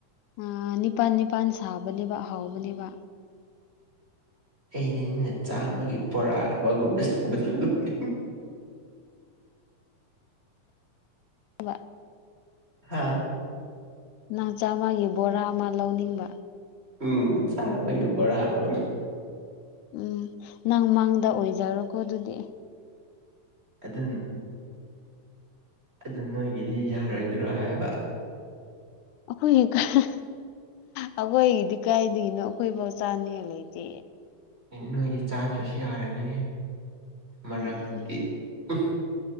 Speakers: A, on the left; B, on the right.
A: ꯑ ꯅꯤꯄꯥꯟ ꯅꯤꯄꯥꯟ ꯁꯥꯕꯅꯦꯕ ꯍꯧꯕꯅꯦꯕ꯫
B: ꯑꯩꯗꯤꯅ ꯆꯥꯝꯃꯒꯤ ꯕꯣꯔꯥ ꯑꯃꯒꯨꯝ 'inaudible'
A: <inaudible>
B: ꯍꯥꯥ
A: ꯅꯪ ꯆꯥꯝꯃꯒꯤ ꯕꯣꯔꯥ ꯑꯃ ꯂꯧꯅꯤꯡꯕ
B: ꯎꯝ ꯆꯥꯕꯒꯤ ꯕꯔ ꯍꯥꯏꯕ
A: ꯎꯝ ꯅꯪ ꯃꯪꯡꯗ ꯑꯣꯏꯖꯔꯣꯀꯣ ꯑꯗꯨꯗꯤ
B: ꯑꯗꯨꯟ ꯑꯗꯨ ꯅꯣꯏꯒꯤꯗꯤ ꯌꯥꯔꯣꯏꯗ꯭ꯔꯣ ꯍꯥꯏꯕ
A: ꯑꯩꯈꯣꯏꯒꯤ ꯑꯩꯈꯣꯏꯒꯤꯗꯤ ꯀꯥꯏꯗꯒꯤꯅꯣ ꯑꯩꯈꯣꯏꯐꯧ ꯆꯥꯅꯤꯉꯥꯏ ꯂꯩꯇꯦ
B: ꯅꯣꯏꯗꯤ ꯆꯥꯗ꯭ꯔꯁꯨ ꯌꯥꯔꯅꯤꯍꯦ ꯃꯔꯛꯇꯗꯤ
A: ꯎꯝ ꯎꯝ
B: ꯑꯝ